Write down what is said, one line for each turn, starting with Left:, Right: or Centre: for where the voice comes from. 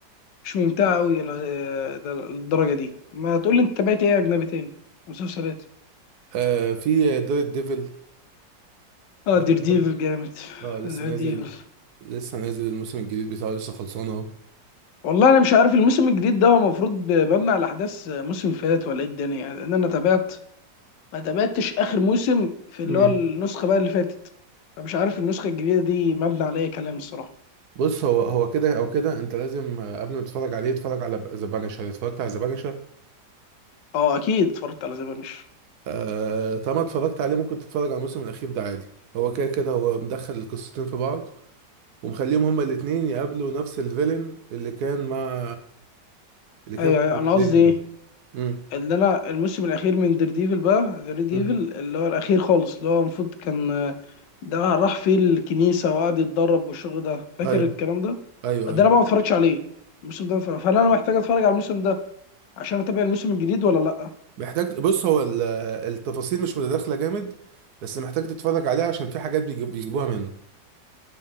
Left: مش ممتعه قوي للدرجه دي ما تقول لي انت تابعت ايه اجنبي تاني مسلسلات
Right: آه في دار الديفل
Left: اه
Right: لسه
Left: دير
Right: برضه-
Left: ديفل جامد
Right: اه لسه
Left: دير
Right: نازل
Left: ديفل
Right: لسه نازل الموسم الجديد بتاعه لسه خلصان اهو
Left: والله انا مش عارف الموسم الجديد ده هو المفروض مبني على احداث موسم فات ولا ايه الدنيا لان انا تابعت ما تابعتش اخر موسم في اللي
Right: امم
Left: هو النسخه بقى اللي فاتت فمش عارف النسخه الجديده دي مبني على اي كلام الصراحه
Right: بص هو هو كده او كده انت لازم آه، قبل ما تتفرج عليه اتفرج على ذا بانشر اتفرجت على ذا بانشر؟
Left: اه اكيد اتفرجت على ذا بانش.
Right: آه طالما اتفرجت عليه ممكن تتفرج على الموسم الأخير ده عادي هو كده كده هو مدخل القصتين في بعض ومخليهم هما الاتنين يقابلوا نفس الفيلن اللي كان مع اللي كان
Left: ايوه
Right: في
Left: ايوه انا
Right: ديفيد
Left: قصدي ايه
Right: امم
Left: اللي انا الموسم الاخير من دير ديفل بقى دير ديفل
Right: امم
Left: اللي هو الاخير خالص اللي هو المفروض كان آه، ده راح فيه الكنيسه وقعد يتدرب والشغل ده فاكر
Right: ايوه
Left: الكلام ده
Right: ايوه
Left: ده
Right: ايوه
Left: انا بقى ما اتفرجش عليه الموسم ده ف- فهل انا محتاج اتفرج على الموسم ده عشان اتابع الموسم الجديد ولا لا
Right: محتاج بص هو ال- التفاصيل مش متداخلة جامد بس محتاج تتفرج عليه عشان في حاجات بيجيب- بيجيبوها منه